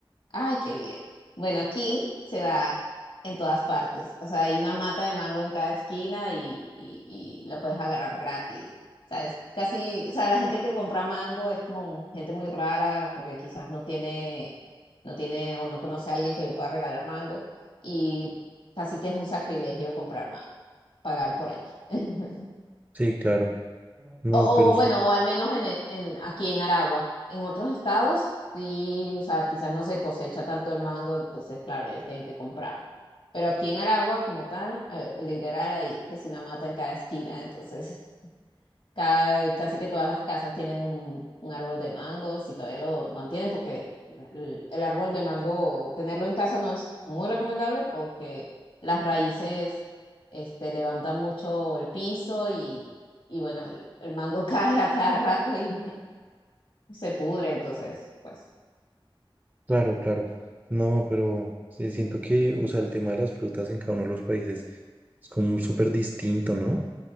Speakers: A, on the left; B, on the right.
A: ay, qué bien. Bueno, aquí se da en todas partes. O sea, hay una mata de mango en cada esquina y, y, y la puedes agarrar gratis. ¿Sabes? Casi, o sea, la gente que compra mango es como gente muy rara porque quizás no tiene, no tiene o no conoce a alguien que le pueda regalar mango y casi que es un sacrilegio comprar mango, pagar por él. <laughs>
B: Sí, claro. No,
A: O,
B: pero
A: o
B: su-
A: bueno, o al menos en, e- en- aquí en Aragua. En otros estados, sí, o sea, quizás no se cosecha tanto el mango, entonces, claro, ellos tienen que comprarlo. Pero aquí en Aragua, como tal, eh, literal, hay que si una mata en cada esquina, entonces Ca- casi que todas las casas tienen un, un árbol de mango, si todavía lo mantienen, porque el, el árbol de mango, tenerlo en casa no es muy recomendable porque las raíces este, levantan mucho el piso y, y bueno, el, el mango <laughs> cae a cada rato y <laughs> se pudre, entonces, pues
B: Claro, claro. No, pero sí, siento que, o sea, el tema de las frutas en cada uno de los países es como súper distinto, ¿no?